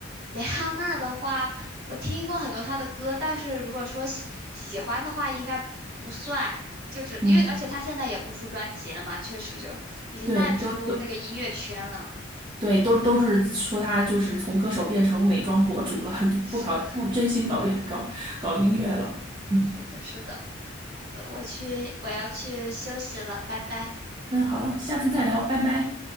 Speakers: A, on the right; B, on the right.
A: 蕾哈娜的话，我听过很多她的歌，但是如果说喜喜欢的话，应该不算，就只因为而且她现在也不出专辑了嘛，
B: 嗯，
A: 确实就已经淡出那个音乐圈了。
B: 对，都都对，都都是说她就是从歌手变成美妆博主了，就不搞不真心搞搞搞音乐了。
A: 是的，
B: 嗯，
A: 是的，是的。好的，我去，我要去休息了，拜拜。
B: 那好的，下次再聊，拜拜。